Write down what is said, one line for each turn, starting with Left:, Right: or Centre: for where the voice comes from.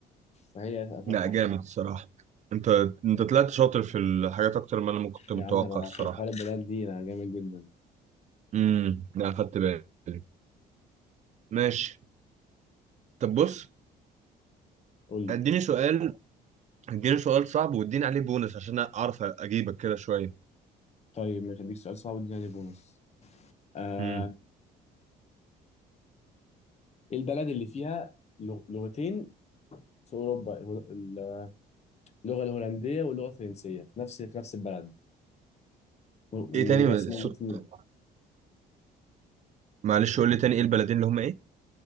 Left: فهي اتوقع
Right: لا جامد الصراحة انت انت طلعت شاطر في الحاجات اكتر ما انا ما كنت متوقع
Left: يا عم انا
Right: الصراحة
Left: في حوار البلد دي انا جامد جدا
Right: امم لا خدت بالي ماشي طب بص
Left: قول لي
Right: اديني سؤال اديني سؤال صعب واديني عليه بونس عشان اعرف اجيبك كده شوية
Left: طيب مش هديك سؤال صعب اديني عليه بونص آه
Right: امم
Left: ايه البلد اللي فيها لغ- لغتين في اوروبا ال- اللغه الهولنديه واللغه الفرنسيه في نفس في نفس البلد و-
Right: ايه تاني
Left: ورسم
Right: صوت
Left: الاتنين
Right: معلش قول لي تاني ايه البلدين اللي هم ايه